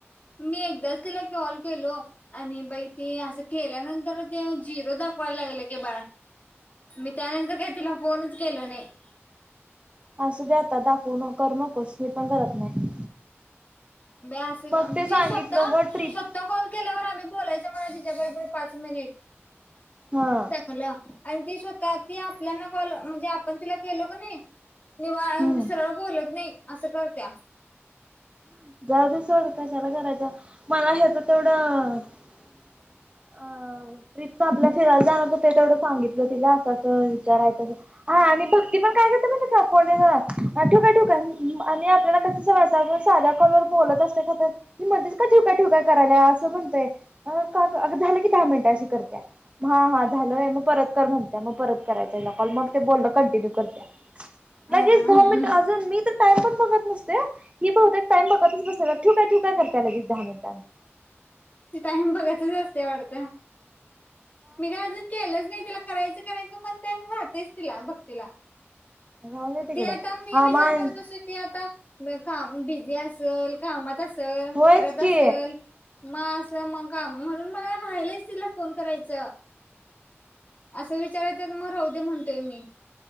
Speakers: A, on the left; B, on the right.
A: मी एकदाच तिला कॉल केलो आणि बाई ते असं केल्यानंतर, ते झिरो दाखवायला लागलं कि बाळं मी त्यानंतर काय तिला फोनचं-‍- केल नाही <inaudible>
B: असूदे आता दाखवन करू नकोस मी पण करत नाही <inaudible>
A: <inaudible> बया अस
B: मग
A: आमची
B: ते सांगितलो
A: स्वतः
B: ग
A: स्वतः
B: ट्रिप
A: कॉल केल्यावर आम्ही बोलायच म्हणं त तिच्या बरोबर पाच मिनिट <inaudible>
B: हा
A: <inaudible> त्यागलं आणि ती स्वतः ती आपल्याना कॉल म्हणजे आपण तिला केलो का नाही. <inaudible> निवांळ
B: हम्म
A: सरळ बोलत नाही. असं करत्या-
B: <inaudible> जाऊ सोड कशाला करायचं मला ह्याच तेवढं <inaudible> अ ट्रिपच आपल्या फिरायला जाणार तर ते तेवढं सांगितलं तिला असं अस विचारायचं <unintelligible> हा आणि भक्ती पण काय कर <unintelligible> ठेऊ काय ठेऊ काय <unintelligible> आणि आपल्याला कशी सवय, <unintelligible> कॉल वर बोलत असतिया करतिया ही मधीचं काय ठेवू काय ठेवू काय करालिया असं म्हणतोय <inaudible> अ का गं अगं झालं की दहा मिनटं अशी करतीया म हा हां झालं होय मग परत कर म्हणतिया मग परत करायचंय हीला कॉल मग ते बोलणं कंटिन्यू करतीया. <inaudible> <inaudible>
A: हम्म
B: लगेच दहा मिनिट अजून मी तर टाईम पण बघत नसतोय <inaudible> ही भोवतेक टाईम बघतचं बसलिया ठूऊ काय ठूऊ काय करतीय लगेच दहा मिनिटांंनि, <inaudible>
A: <inaudible> ती टाईम बघतच असतीया वाटतं <inaudible> <inaudible> मी काय अजून केलं नाही तिला करायचं करायचं म्हणते आणि राहतयचं तिला भक्तीला <inaudible>
B: राहूदे तिकडं
A: ती आता मी
B: हा
A: विचार
B: मान
A: करत आसतोय की आता म काम बिझी असलं. कामात अस ल
B: होयच
A: फिरत
B: की
A: असलं मग असं म का म्हणून मला राहिलंच तिला फोन करायचं असं विच विचारांच्या मग राहूदे म्हणतोय मी